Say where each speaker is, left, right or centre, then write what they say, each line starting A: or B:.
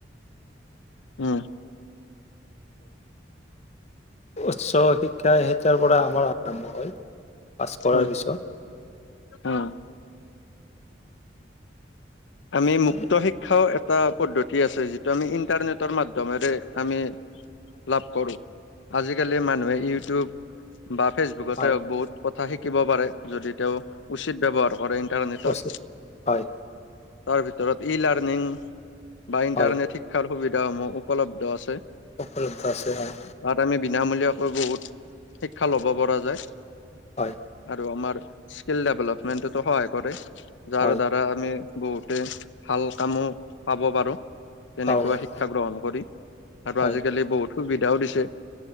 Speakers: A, on the left; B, on the left.
A: অ,
B: <inaudible> উচ্চ শিক্ষা সেই তেতিয়াৰ পৰা আমাৰ আৰম্ভ হয়। পাছ কৰাৰ
A: হয়,
B: পিছত।
A: উম, আমি
B: হয়
A: মুক্ত শিক্ষাও এটা পদ্ধতি কি আছে যিটো আমি ইণ্টাৰনেটৰ মাধ্যমেৰে আমি লাভ কৰোঁ। আজিকালি মানুহে ইউটিউব বা ফেচবুকতে
B: হয়
A: হওক বহুত কথা শিকিব পাৰে, যদি তেওঁ উচিত ব্যৱহাৰ কৰে, ইন্টাৰনেটৰ
B: অচি, হয়,
A: তাৰ ভিতৰত ই লাৰ্ণিং বা ইণ্টাৰনেট
B: হয়
A: শিক্ষাৰ সুবিধাসমূহ উপলব্ধ আছে।
B: উপলব্ধ আছে হয়।
A: তাত আমি বিনামূলীয়াকৈ বহুত শিক্ষা লব পৰা যায়।
B: হয়,
A: আৰু আমাৰ স্কিল ডেভেলপমেন্টতো সহায় কৰে যাৰ
B: হয়
A: দ্বাৰা আমি বহুতে ভাল কামো পাব পাৰোঁ। তেনেকুৱা
B: পাব পাৰি
A: শিক্ষা গ্ৰহণ কৰি,
B: হয়
A: আৰু আজিকালি বহুত সুবিধাও দিছে।